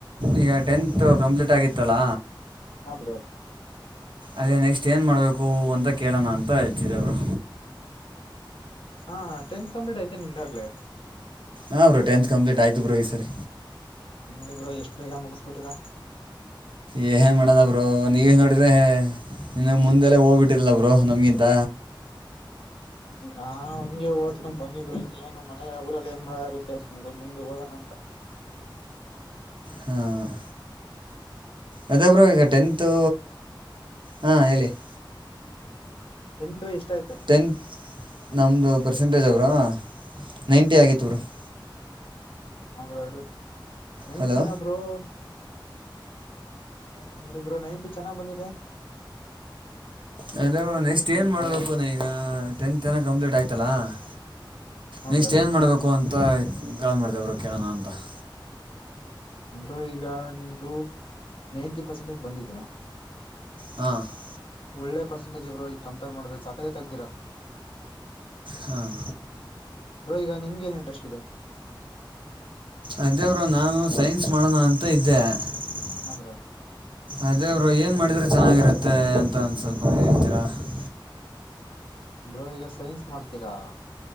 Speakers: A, on the right (about 70°); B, on the left (about 85°).
A: ಈಗ ಟೆಂತ್ ಕಂಪ್ಲೀಟ್ ಆಗಿತ್ತಲ್ಲ
B: ಹಬ್ರೊ
A: ಅದೇ ನೆಕ್ಸ್ಟ್ ಏನ್ ಮಾಡ್ಬೇಕೂ ಅಂತ ಕೇಳೋಣ ಅಂತ ಹಚ್ಚಿದ್ದೆ ಬ್ರೊ
B: ಹಾ ಟೆಂತ್ ಕಂಪ್ಲೀಟ್ ಆಯ್ತ ನಿಮ್ದ್ ಆಗ್ಲೆ
A: ಹಾ ಬ್ರೊ ಟೆಂತ್ ಕಂಪ್ಲೀಟ್ ಆಯ್ತು ಬ್ರೊ ಈ ಸರಿ
B: ನೋಡಿ ಬ್ರೊ ಎಷ್ಟು ಬೇಗ ಮುಗಿಸ್ಬಿಟ್ಟಿರಾ
A: ಏನ್ಮಾಡೋಣ ಬ್ರೊ ನೀವೇ ನೋಡಿದ್ರೆೆ ಇನ್ನ ಮುಂದೆಲ್ಲೇ ಹೋಗ್ಬಿಟ್ಟಿರಲ್ಲ ಬ್ರೊ ನಮ್ಗಿಂತ
B: ನಾ ಹಂಗೆ ಓದ್ಕೊಂಡ್ ಬಂದಿವ್ ಬ್ರೊ ಇನ್ನೇನು ಮನೆೆ ಊರಲ್ಲಿ ಏನ್ ಮಾಡಗುತ್ತೆಅಸ್ಟಮುಗುದ್ ಮುಂದೆ ಹೋಗಣ ಅಂತ
A: ಹಾ. <inaudible> ಅದೇ ಬ್ರೋ, ಈಗ ಟೆಂತು ಹಾ, ಹೇಳಿ? <inaudible>
B: ನಿಂದು, ಇಷ್ಟ ಆಯ್ತು? <inaudible>
A: ಟೆಂತ್, ನಮ್ಮದು ಪರ್ಸೆಂಟೇಜ್! ಬ್ರೋ, ನೈಂಟಿ ಆಗಿತ್ತು, ಬ್ರೋ! <inaudible>
B: ಹ ಬ್ರೋ, ಹಗೋಚು, ನೈಟಿನಾ,
A: ಹಲೋ
B: ಬ್ರೋ? <inaudible> ನೋಡಿ, ಬ್ರೋ, ನೈಂಟಿ, ಚೆನ್ನಾಗಿ, ಬಂದಿದೆ? <inaudible>
A: ಹಲೋ ಮೇಸ್ತ್ರಿ ಇವಾಗ
B: ಓಹೋ
A: ಏನು ಮಾಡಬೇಕು ನಾನಿವಾಗ, ಟೆಂತ್, ಕಂಪ್ಲೀಟ್, ಆಯ್ತಲ್ಲ! <inaudible>
B: ಹಾ
A: ನೆಕ್ಸ್ಟ್
B: ಬ್ರೋ
A: ಏನ್ ಮಾಡ್ಬೇಕು ಅಂತ! ಕಾಲ್ ಮಾಡಿದೆ, ಕೇಳೋಣ ಅಂತ? <inaudible>
B: ಬ್ರೋ, ಈಗ ನಿಮ್ದು ನೈಂಟಿ! ಪರ್ಸೆಂಟೇಜ್ ಬಂದಿದೆ. <inaudible>
A: ಹಾ! <unintelligible>
B: ಒಳ್ಳೆ, ಪರ್ಸೆಟೇಜ್, ಬ್ರೋ, ಈ ಕಂಪೇರ್ ಮಾಡ್ರೆ, ಸಕತಗಿ, ಇದೀರಾ? <inaudible>
A: ಹಾಂ
B: ಬ್ರೋ, ಈಗ ನಿಮ್ಗೆನ್! ಇಂಟರ್ಸೆಟ್, ಇದೇ? <inaudible>
A: ಅದೇ ಬ್ರೋ, ನಾನು ಸೈನ್ಸ್ ಮಾಡೋಣ ಅಂತ ಇದ್ದೆ. <unintelligible>
B: ಹ, ಬ್ರೋ! <inaudible>
A: ಅದೇ, ಬ್ರೋ, ಏನು ಮಾಡಿದರೆೆ ಚೆನ್ನಾಗಿರುತ್ತೆ ಅಂತ, ಒಂದು ಸ್ವಲ್ಪ ಹೇಳ್ತೀರಾ? <unintelligible>
B: ಬ್ರೋ, ಈಗ ಸೈನ್ಸ್ ಮಾಡ್ತೀರಾ? <inaudible>